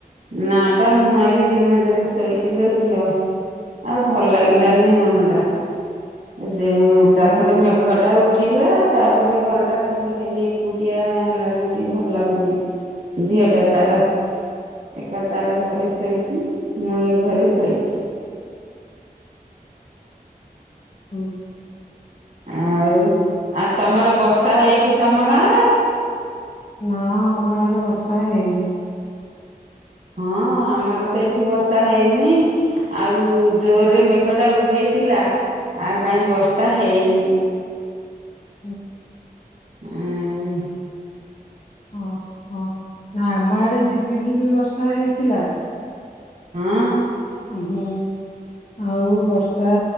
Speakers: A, on the right; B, on the left.
A: ନା ପା ମୁଁ ଆଜି ଦିନ ଯାକ ଶୋଇଥିଲିଲୋ ଝିଅ। ଆଉ ଭଲ ଲାଗିଲାନି
B: ହୁଁ
A: ମନଟା ଯେ
B: ହଁ
A: ତାପରେ
B: ବା
A: ମେଘଟା ଉଠ ଉଠେଇଲା ତାପରେ ଘରଟା ଖାଲି ଖାଲି ଏକୁଟିଆ ଲାଗୁଚି ଭଲ ଲାଗୁନି। ଝିଅଟା ତାର ଏକା ତାର ଘରେ ଶୋଇଛି, ମୁଁ ଏ ଘରେ ଶୋଇଛି। <inaudible>
B: ହଉ।
A: ଆଉ ଆଉ ତମର ବର୍ଷ ର୍ଷା ହେଇଛିି ତମ ଗାଁରେ? <inaudible>
B: ନା ଆମ ଗାଁରେ ବର୍ଷା ହେଇନି।
A: ହଁ ଆମର ତ ଏଠି ବର୍ଷା ହେଇନି ଆଉ ଜୋରରେ ମେଘଟା ଉଠେଇଥିଲା, ଆଉ କାହିଁ ବର୍ଷା ହେଇନି।
B: ହଁ
A: ଆଉ
B: ହଁ ହଁ ନା ଆମ ଆଡେ ଝିପି ଝିପି ବର୍ଷା ହେଇଥିଲା।
A: ହଁ।
B: ହଁ ଆଉ ବର୍ଷା